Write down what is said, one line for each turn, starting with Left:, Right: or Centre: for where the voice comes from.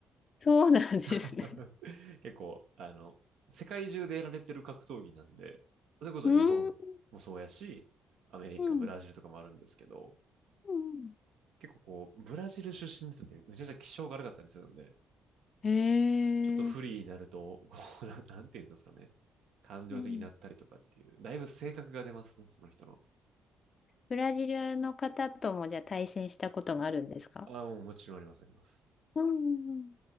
Left: そうなんですね。
Right: <laughs> 結構、あの、世界中でやられてる格闘技なんで、
Left: <laughs>
Right: それこそ日本もそうやし、
Left: うーん。
Right: アメリカ、
Left: うん
Right: ブラジルとかもあるんですけど、
Left: うん
Right: 結構こう、ブラジル出身の人ってめちゃくちゃ気性が悪かったりするんで、
Left: へ
Right: ちょっと不利になると、
Left: え。
Right: <laughs> こうなんて言うんですかね。感情的になったりとかっていう、
Left: うん。
Right: だいぶ性格が出ますね、その人の。
Left: ブラジルの方ともじゃあ対戦したことがあるんですか
Right: ああ、もうもちろんあります、あります。
Left: うんうんうん。